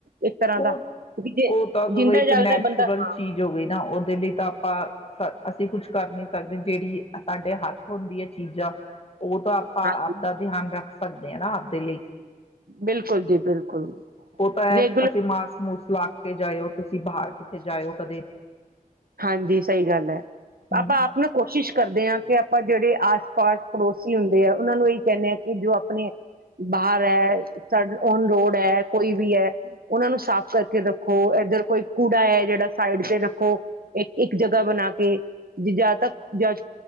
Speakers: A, on the right; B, on the left.
A: ਇੱਕ ਤਰ੍ਹਾਂ ਦਾ
B: ਉਹ
A: ਕਿਉਂਕਿ ਜੇ
B: ਉਹ ਤਾਂ ਚਲੋ
A: ਜਿੰਦਾ
B: ਇੱਕ
A: ਜਾਗਦਾ
B: ਨੈਚੁਰਲ
A: ਬੰਦਾ ਹਾਂ
B: ਚੀਜ਼ ਹੋ ਗਈ ਨਾ ਉਹਦੇ ਲਈ ਤਾਂ ਆਪਾਂ ਅਸੀਂ ਕੁਛ ਕਰ ਨੀ ਸਕਦੇ ਜਿਹੜੀ ਸਾਡੇ ਹੱਥ ਹੁੰਦੀ ਹੈ ਚੀਜ਼ਾਂ ਉਹ ਤਾਂ ਆਪਾਂ
A: ਹਾਂਜੀ
B: ਆਪਦਾ ਧਿਆਨ ਰੱਖ ਸਕਦੇ ਆ ਨਾ ਆਪਦੇ ਲਈ
A: ਬਿਲਕੁਲ ਜੀ ਬਿਲਕੁਲ
B: ਉਹ ਤਾਂ ਐ
A: ਦੇ
B: ਅਸੀਂ ਮਾਸ ਮੂਸ ਲਾ ਕੇ ਜਾਇਓ ਤੁਸੀਂ ਬਾਹਰ ਕਿੱਥੇ ਜਾਇਓ ਕਦੇ
A: ਹਾਂਜੀ ਸਹੀ ਗੱਲ ਹੈ
B: ਹੂੰ।
A: ਆਪਾਂ ਆਪ ਨਾ ਕੋਸ਼ਿਸ਼ ਕਰਦੇ ਹਾਂ ਕਿ ਆਪਾਂ ਜਿਹੜੇ ਆਸ ਪਾਸ ਪੜੋਸੀ ਹੁੰਦੇ ਆ ਉਹਨਾਂ ਨੂੰ ਇਹੀ ਕਹਿੰਦੇ ਹਾਂ ਕਿ ਜੋ ਆਪਣੇ ਬਾਹਰ ਹੈ ਓਨ ਰੋਡ ਹੈ ਕੋਈ ਵੀ ਹੈ ਉਹਨਾਂ ਨੂੰ ਸਾਫ ਕਰਕੇ ਰੱਖੋ ਇੱਧਰ ਕੋਈ ਕੂੜਾ ਹੈ ਜਿਹੜਾ ਸਾਈਡ ਤੇ ਰੱਖੋ ਇੱਕ ਇੱਕ ਜਗ੍ਹਾ ਬਣਾ ਕੇ ਜਾਂ ਤ ਜਾਂ